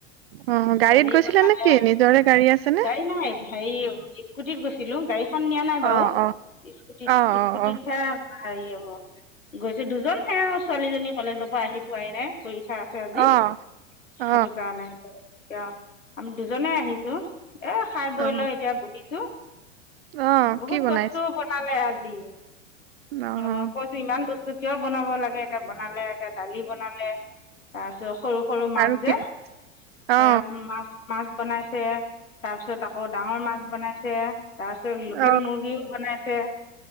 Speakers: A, on the right; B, on the left.
A: অ গাড়ীত
B: দালি
A: গৈছিলা
B: বনালে
A: নেকি নিজৰে গাড়ী আছেনে
B: যাই নাই ভাই <inaudible> স্কুটিত গৈছিলো গাড়ীখন নিয়া নাই বাৰু,
A: অ অ
B: স্কুটিত
A: অ অ
B: স্কুটিতহে
A: অ
B: হেৰি গৈছো দুজন সেয়া আৰু ছোৱালীজনী কলেজৰ পৰা আহি পোৱাই নাই পক্ষ খাই আছে আজি
A: অ
B: সেইটো
A: অ
B: কাৰণে আমি দুজনে আহিছো। এ খাই বৈ
A: অ
B: লৈ এতিয়া বহিছো
A: অ
B: বহুত
A: কি বনাইছে
B: বস্তু বনালে আজি। <inaudible>
A: অ'।
B: মই কৈছো ইমান বস্তু কিয় বনাব লাগে এতিয়া বনালে এতিয়া দালি বনালে তাৰপিছত সৰু সৰু মাছ
A: আৰু
B: যে
A: কি
B: সেয়া
A: অ
B: মাছ, মাছ বনাইছে। তাৰপিছত আকৌ ডাঙৰ মাছ বনাইছে তাৰপিছত লোকেল
A: অ
B: মুৰ্গীও বনাইছে।